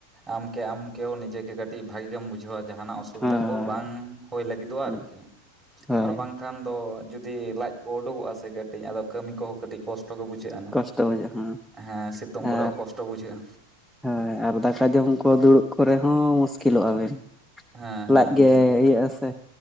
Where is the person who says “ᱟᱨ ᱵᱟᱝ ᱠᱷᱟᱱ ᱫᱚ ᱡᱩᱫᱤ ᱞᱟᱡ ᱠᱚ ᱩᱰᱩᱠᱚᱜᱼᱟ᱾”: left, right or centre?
Right